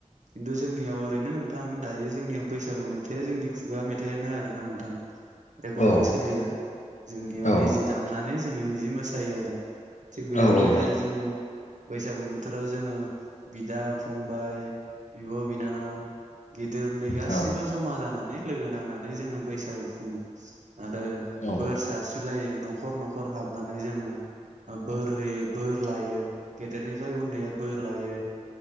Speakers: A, on the right; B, on the left.
A: खिनथु जोंनियाव ओरैनो नोंथां दायो जोंनियाव बैसागु मेथाइया जोंनि खुगाया मे थायानो आरोना नोंथां। रेकर्डिं
B: औ
A: सोलिया जोंनियाव
B: औ
A: निजि दामनानै जोङो निजि मोसायो आरो। थिग बेबायदिनो
B: औ
A: दायो जोङो बैसागु बोथोराव जोङो बिदा-फंबाय, बिब'-बिनानाव गिदिर उनदै गासैबो
B: औ
A: ज'मा जानानै लोगो नांनानै जोङो बैसागु खुङो। आरो
B: औ
A: बोर सारस्रिलायो न'खर न'खर हाबनानै जोङो ओ बोर होयो बोर लायो गेदेरनिफ्राय उनदैया बोर लायो